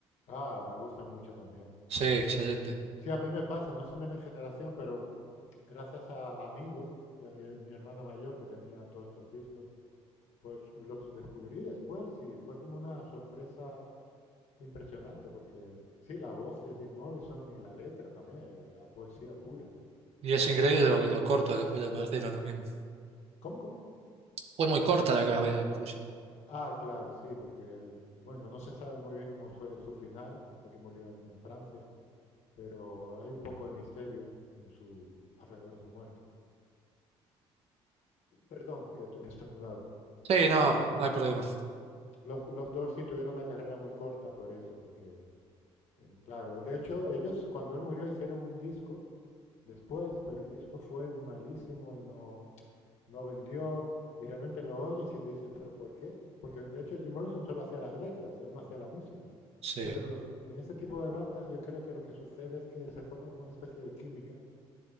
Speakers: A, on the left; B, on the right.
A: ah, me gusta mucho también.
B: Sí, excelente.
A: Sí, a mí me pasa, no son de mi generación, pero gracias a amigos y a mi, mi hermana mayor que tenía todos estos discos, pues los descubrí después y fue como una sorpresa Impresionante, porque sí, la voz de Jim Morrison y la letra también era poesía pura.
B: Y es increíble
A: Y-
B: lo, lo corta que fue la carrera también.
A: ¿Cómo, cómo?
B: Fue muy corta la carrera de Morrison.
A: Ah, claro, sí, porque él, bueno, no se sabe muy bien cómo fue su final, sé que murió en, en Francia, pero hay un poco de misterio en su, alrededor de su muerte. Perdón, que he estornudado.
B: Sí,
A: Sí,
B: no,
A: fue,
B: no hay problema.
A: los, los Dorsey tuvieron una carrera muy corta por eso, porque, eh, claro, de hecho, ellos cuando él murió hicieron un disco después, pero el disco fue malísimo y no... no vendió, y realmente lo oyes y te dices, ¿pero por qué? Porque de hecho Jim Morrison solo hacía las letras, él no hacía la música.
B: Sí,
A: Pero en los, en ese tipo de bandas yo creo que lo que sucede es que se forma como una especie de química